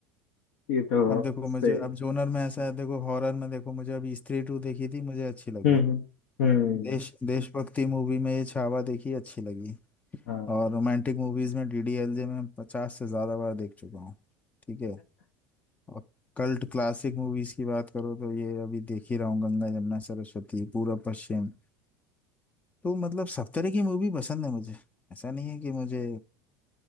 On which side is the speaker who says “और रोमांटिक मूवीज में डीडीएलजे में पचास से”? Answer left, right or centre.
Left